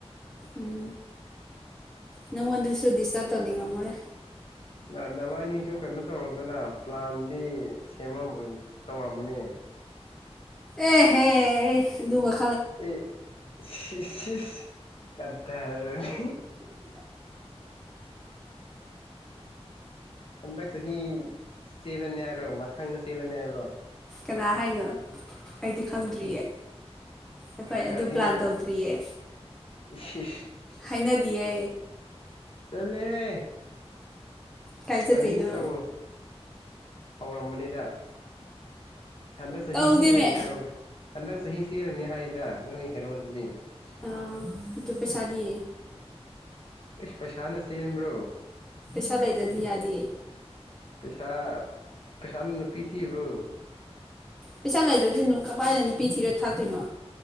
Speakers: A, in the centre; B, on the left.
A: ꯎꯝ ꯅꯪꯣꯟꯗꯁꯨ ꯁꯇꯥꯥꯕ ꯇꯧꯅꯤꯡꯉꯣꯃꯣ ꯐ
B: ꯅ ꯅꯕꯥꯅꯤꯁꯨ ꯀꯩꯅꯣ ꯇꯧꯔꯣꯗꯅ ꯄ꯭ꯂꯥꯟꯗꯤ ꯁꯦꯝꯃ ꯇꯧꯔꯝꯕꯅꯤ
A: ꯑꯦ ꯍꯦ ꯑꯗꯨꯃꯛ
B: ꯑꯦ ꯏꯁꯁ ꯀꯗꯔꯗ ꯍꯟꯗꯛ ꯆꯍꯤ ꯆꯦꯜꯂꯅꯤ ꯍꯥꯏꯔꯣ ꯃꯊꯪꯗ ꯆꯦꯜꯂꯅꯤ ꯍꯥꯏꯔꯣ
A: ꯀꯅꯥ ꯍꯥꯏꯅꯣ ꯑꯩꯗꯤ ꯈꯪꯗ꯭ꯔꯤꯌꯦ
B: ꯑꯦ
A: ꯑꯩꯈꯣꯏ
B: ꯈꯔ ꯈꯔꯗꯤ
A: ꯑꯗꯨ ꯄ꯭ꯂꯥꯟ ꯇꯧꯗ꯭ꯔꯤꯌꯦ
B: ꯏꯁ
A: ꯍꯥꯏꯅꯗꯤꯌꯦ
B: ꯆꯠꯂꯦꯍꯦ
A: ꯀꯥꯏ
B: ꯄ꯭ꯂꯥꯅꯤꯡ
A: ꯆꯠꯇꯣꯏꯅꯣ
B: ꯇꯧ ꯍꯧꯔꯝꯕꯅꯤꯗ ꯍꯟꯗꯪꯛ ꯆꯥꯁꯤ
A: ꯇꯧꯗꯦꯃꯦ
B: ꯆꯦꯜꯂꯅꯤ ꯍꯥꯏꯔꯅꯤ ꯍꯅꯦ ꯍꯟꯗꯛ ꯆꯍꯤ ꯆꯦꯜꯂꯅꯤ ꯍꯥꯏꯗ ꯅꯣꯏ ꯍꯦꯔꯣꯗꯨꯗꯤ
A: ꯑꯥ ꯑꯗꯨ ꯄꯩꯁꯥꯗꯤ
B: ꯄꯩꯁꯥꯅ ꯆꯦꯟꯕ꯭ꯔꯣ
A: ꯄꯩꯁꯥ ꯂꯩꯗ꯭ꯔꯗꯤ ꯌꯥꯗꯤꯌꯦ
B: ꯄꯩꯁꯥ ꯄꯩꯁꯥꯅ ꯄꯤꯊꯤꯕ꯭ꯔꯣ
A: ꯄꯩꯁꯥ ꯂꯩꯗ꯭ꯔꯗꯤꯅꯣ ꯀꯃꯥꯏꯅ ꯅꯨꯄꯤ ꯊꯤꯔꯣ ꯊꯥꯛꯇꯣꯏꯅꯣ